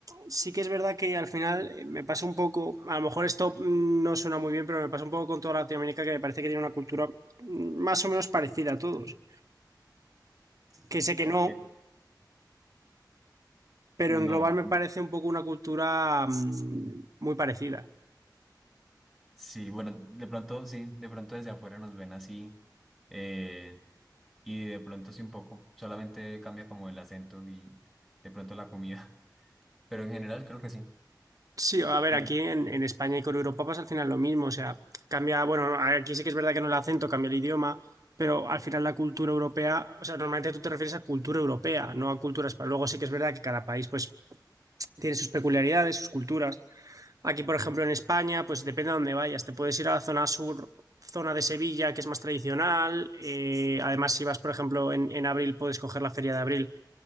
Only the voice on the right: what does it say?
sí que es verdad que al final eh, me pasa un poco, a lo mejor esto mm, no suena muy bien, pero me pasa un poco con toda Latinoamérica que me parece que tiene una cultura mm, más o menos parecida a todos. Que sé
que no, pero
en global me parece un poco una cultura mm, muy parecida.
Sí, a ver,
aquí en, en España y con Europa pasa al final lo mismo, o sea, cambia, bueno, aquí sí que es verdad que no el acento, cambia el idioma, pero al final la cultura europea, o sea, normalmente tú te refieres a cultura europea, no a cultura española. Luego sí que es verdad que cada país pues tiene sus peculiaridades, sus culturas. Aquí, por ejemplo, en España, pues depende a dónde vayas. Te puedes ir a la zona sur, zona de Sevilla, que es más tradicional. Eh, además, si vas, por ejemplo, en, en abril, puedes coger la Feria de Abril,